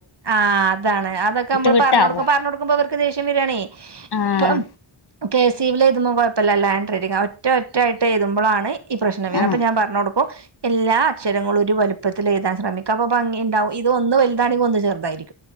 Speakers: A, on the right; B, on the left.
A: ആഹ് അതാണ് അതൊക്കെ നമ്മള്
B: വിട്ടാവും
A: പറഞ്ഞ കൊടുക്കും പറഞ്ഞൊടുക്കുമ്പോ അവർക്ക് ദേഷ്യം വരാണ്.
B: ആഹ്
A: ഇപ്പം കെഴ്സിവിൽ എഴുതുമ്പോ കുഴപ്പമില്ല നല്ല ഹാൻഡ് റൈറ്റിങാ, ഒറ്റ ഒറ്റായിട്ട് എഴുതുമ്പോഴാണ് ഈ പ്രശ്നം വരുക,
B: ആഹ്
A: അപ്പോ ഞാൻ പറഞ്ഞ് കൊടുക്കും എല്ലാ അക്ഷരങ്ങളും ഒരു വലുപ്പത്തിൽ എഴുതാൻ ശ്രമിക്ക, അപ്പോ ഭംഗി ഉണ്ടാവും, ഇത് ഒന്ന് വലുതാണെങ്കി ഒന്ന് ചെറുതായിരിക്കും. ചെർതായിരിക്കും